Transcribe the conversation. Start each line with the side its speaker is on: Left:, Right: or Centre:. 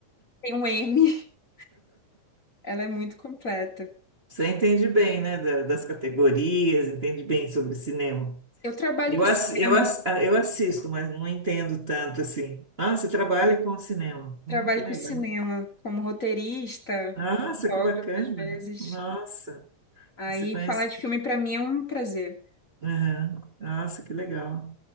Left: tem um Emmy. <laughs> Ela é muito completa.
Right: Você entende bem, né, da- das categorias, entende bem sobre cinema.
Left: Eu trabalho
Right: Eu,
Left: com
Right: ass,
Left: cinema.
Right: eu, ass, eu assisto, mas não entendo tanto assim. Ah, você trabalha com cinema.
Left: Trabalho
Right: Hum, que legal.
Left: com cinema como roteirista,
Right: Nossa,
Left: fotógrafa,
Right: que bacana.
Left: às vezes.
Right: Nossa,
Left: Aí,
Right: você conhece?
Left: falar de filme pra mim é um prazer.
Right: Aham. Nossa, que legal.